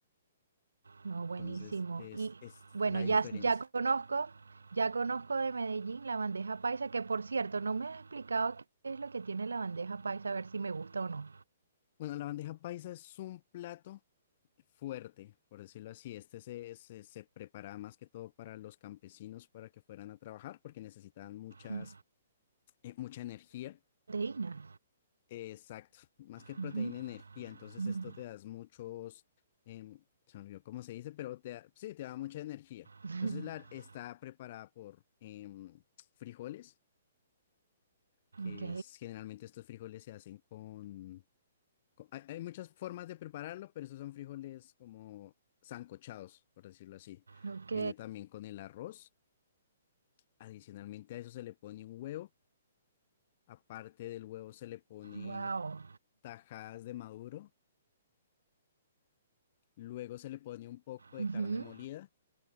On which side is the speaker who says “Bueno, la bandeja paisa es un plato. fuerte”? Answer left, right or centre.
Left